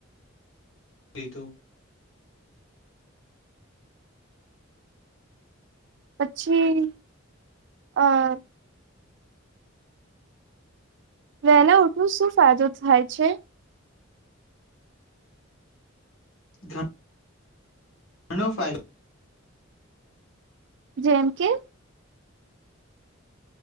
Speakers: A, on the left; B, on the right.
A: લીધું.
B: પછી આ વેલા ઉઠવ શું ફાયદો થાય છે.
A: થા ઘણો ફાયદો
B: જેમ કે